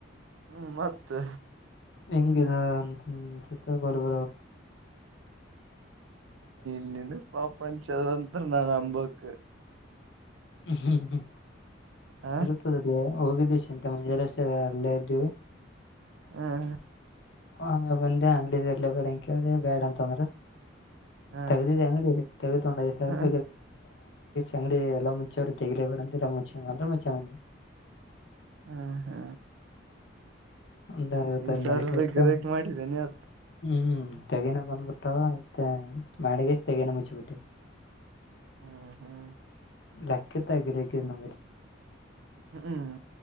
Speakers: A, on the right; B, on the left.
A: ಹ ಮತ್ತು
B: ಹೆಂಗಿದ ಅಂತನ್ಸತ್ತಗಲ್ಬಡ
A: ನ್ನನ್ ಪಾಪ ಅನ್ಷದಂ ನಾ ಅಂಬಕ್
B: ಹ್ಮ್ ಹ್ಮ್
A: ಹ
B: ಇರ್ತದದೆೇ ಹೋಗಿದ್ದು ಚಿಂತ ಮಂಜೆಷ್ಟ ಅಲ್ಲೇ ಇದ್ದೀವಿ
A: ಹ್ಮ
B: ಆಮೇಲೆ ಬಂದೆ ಅಂಗಡಡಿ ಎಲ್ಲ ಬ್ಯಾಡಂಗ ಕೇಳ್ದೆ ಬ್ಯಾಡ ಅಂತ ಅಂದ್ರ
A: ಹ
B: ತಗಿದಿದೆ ತಗಐ ಸ ರಪ
A: ಹ
B: ಅಂಗಡಿ ಎಲ್ಲ ಮುಚ್ಚೆವರು ತೆಗಲೇಡಂತ ಎಲ್ಲ ಮುಚ್ಚೆ ಅಂದ್ರೆ ಮುಚ್ಚೆ
A: ಹಾ ಹಾ
B: ಒಂದ್ ಐವತ್ತೊಂದ್
A: ಐದು ಸಾವಿರ
B: ಐದ್
A: ರೂಪ
B: ರೂಪಾಯಿ
A: ಗ ಬ್ರಕ್ ಮಾಡಿದ್ದೇ ನೀವ
B: ಹ್ಮ್ ತೆಗನ ಬಂದ್ಬಿಟ್ಟು ಆಯ್ತ ಮಾಡಿಗೆಷ್ಟ ತೆಗನ ಮುಚ್ಚಬಿಟ್ಟೆ
A: ಹ್ಮ್ ಹ್ಮ್
B: ಲಕ್ಕ ತ ಆಗ್ರಿ ಇಂದ
A: ಹ್ಮ್ ಹ್ಮ್